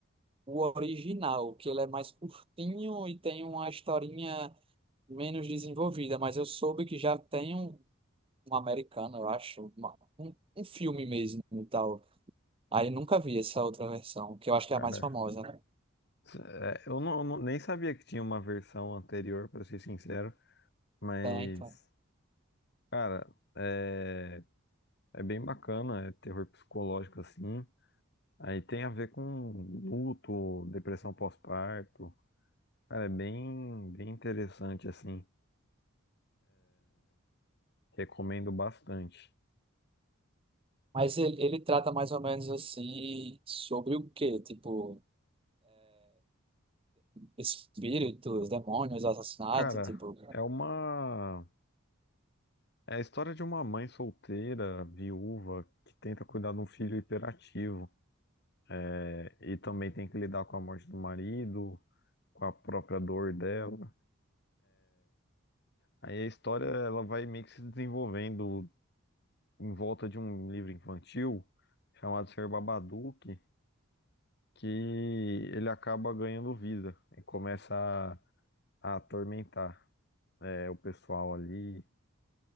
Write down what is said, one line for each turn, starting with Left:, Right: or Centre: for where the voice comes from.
Right: o original, que ele é mais curtinho e tem uma historinha menos desenvolvida, mas eu soube que já tem um um americano, eu acho, uma- um, um filme mesmo e tal. Aí nunca vi essa outra versão, que eu acho que
Left: Cara,
Right: é a mais famosa, né?
Left: é, eu não, eu não- nem sabia que tinha uma versão anterior, pra ser sincero, mas,
Right: Tá, então.
Left: cara. É... É bem bacana, é terror psicológico assim. Aí tem a ver com luto, depressão pós-parto. Cara, é bem, bem interessante assim. Recomendo bastante.
Right: Mas ele, ele trata mais ou menos assim sobre o quê? Tipo, espíritos, demônios, assassinato,
Left: Cara,
Right: tipo.
Left: é uma é a história de uma mãe solteira, viúva, que tenta cuidar de um filho hiperativo É, e também tem que lidar com a morte do marido, com a própria dor dela. Aí a história ela vai meio que se desenvolvendo em volta de um livro infantil chamado Sr. Babadook, que ele acaba ganhando vida e começa a, a atormentar é, o pessoal ali.